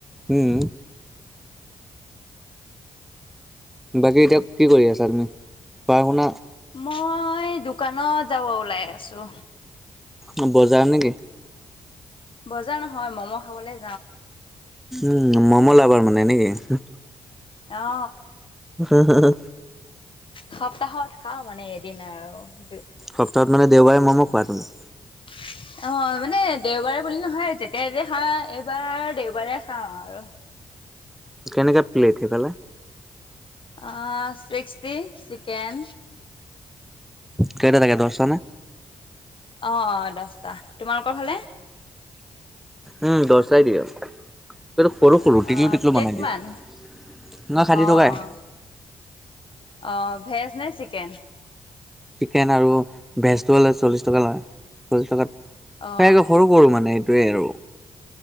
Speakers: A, in the centre; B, on the left.
A: উম। বাকী এতিয়া কি কৰি আছা তুমি পঢ় শুনা?
B: মই দোকানত যাব ওলাই আছো।
A: অঁ', বজাৰ নে কি?
B: বজাৰ নহয়, ম'ম' খাবলে
A: উম, ম'ম' লাভাৰ মনে নে কি?
B: অ
A: উম।
B: সপ্তাহত খাওঁ মানে এদিন আৰু দু
A: সপ্তাহত মানে দেওবাৰে ম'ম খোৱা তুমি?
B: <inaudible> অ', মানে দেওবাৰে বুলি নহয়, যেতিয়া তেতিয়া খাও এইবাৰ দেওবাৰে খাওঁ আৰু।
A: কেনেকা প্লেট সেইফালে?
B: আহ, ছিক্সটি চিকেন।
A: কেইটা থাকে দহতা নে?
B: অ', অ', দহটা তোমালোকৰ ফালে?
A: উম, দহটাই দিয়ে। এইটো সৰু-সৰু টিকলু
B: অ'
A: টিকলো
B: প্লেট
A: বনাই
B: কিমান?
A: দিয়ে নহয় ষাঠি
B: অ'
A: টকাই।
B: অ' অ', ভেজ নে চিকেন?
A: চিকেন আৰু ভেজটো হ'লে চল্লিশ টকা লয় চল্লিশ টকাত
B: অ'
A: সেইাকে সৰু সৰু মানে এইটোৱে আৰু।